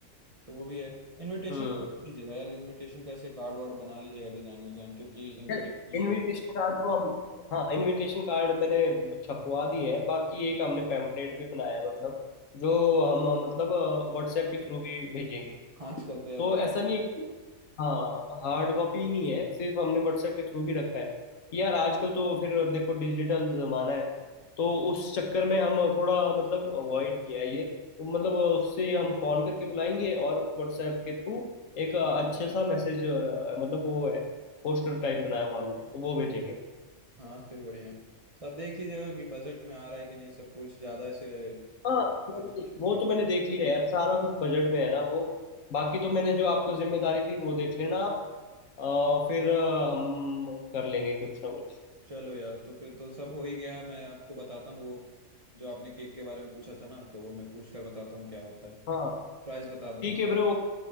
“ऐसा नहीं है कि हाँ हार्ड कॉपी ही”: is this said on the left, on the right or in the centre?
Left